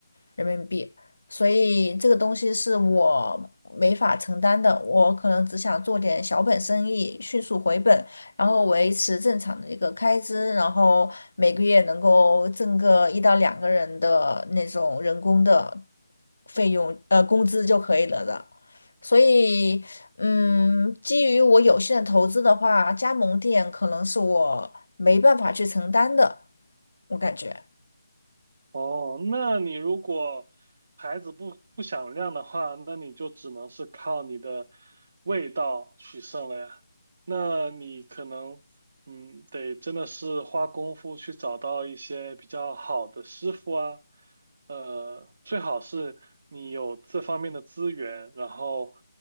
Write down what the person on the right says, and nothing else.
哦，那你如果牌子不不响亮的话，那你就只能是靠你的味道取胜了呀。那你可能，嗯，得真的是花功夫去找到一些比较好的师傅啊，呃，最好是你有这方面的资源，然后